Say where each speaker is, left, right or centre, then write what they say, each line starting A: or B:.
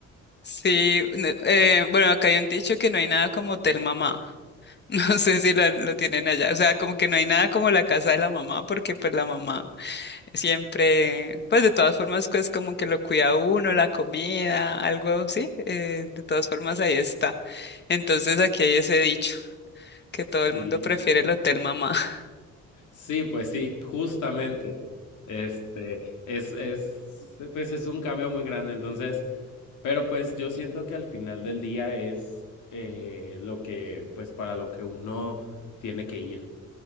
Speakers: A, on the left; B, on the left.
A: Sí, no, eh, bueno, acá hay un dicho que no hay nada como hotel mamá. <laughs> No sé si lo, lo tienen allá. O sea, como que no hay nada como la casa de la mamá, porque pues la mamá Siempre, pues de todas formas, pues como que lo cuida uno, la comida, algo, sí, eh, de todas formas ahí está. Entonces aquí hay ese dicho, que todo
B: Sí.
A: el mundo prefiere el hotel mamá. <laughs>
B: Sí, pues sí, justamente. Este, es, es, pues es un cambio muy grande. Entonces, pero pues yo siento que al final del día es eh, lo que, pues para lo que uno tiene que ir.